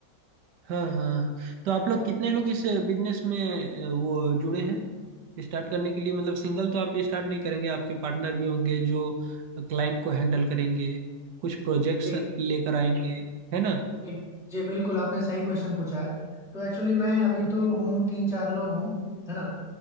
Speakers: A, on the right; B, in the centre.
A: हाँ हाँ तो आप लोग कितने लोग इस बिजनेस में अ, वो जुड़े हैं स्टार्ट करने के लिए मतलब सिंगल तो आप स्टार्ट नहीं करेंगे आपके पार्टनर भी होंगे जो क्लाइंट को हैंडल करेंगे कुछ प्रोजेक्ट्स
B: जी
A: लेकर आएंगे है ना
B: जी जी बिल्कुल आपने सही क्वेश्चन पूछा है तो एक्चुअली मैं अभी
A: जी
B: तो हूँ तीन चार लोग हूँ है ना